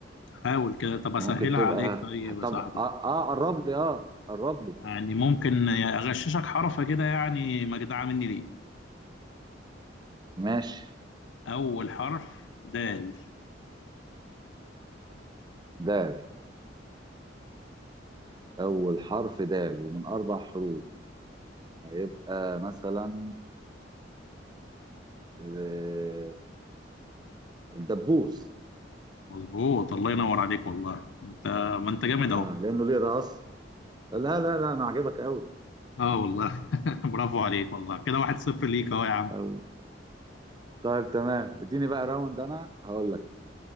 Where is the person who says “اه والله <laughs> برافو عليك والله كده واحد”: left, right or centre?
Left